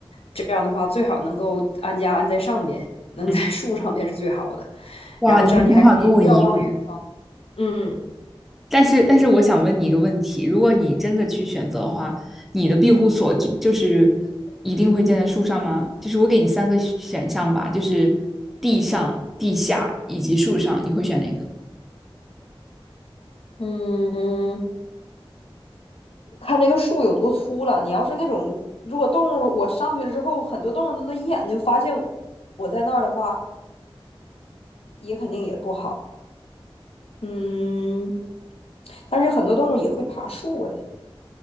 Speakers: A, on the left; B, in the centre.
A: 这样的话，最好能够安家安在上面，能在树上面是最好的。
B: 嗯，哇，
A: 然后这样你还可以瞭望远方。
B: 你的想法跟我一样。
A: 嗯
B: 但是但是我想问你一个问题，如果你真的去选择的话，你的庇护所就就是一定会建在树上吗？就是我给你三个选项吧，就是地上、地下以及树上，你会选哪个？
A: 嗯，看那个树有多粗了。你要是那种，如果动物我上去了之后，很多动物那一眼就发现我在那儿的话，也肯定也不好。嗯，但是很多动物也会爬树哎，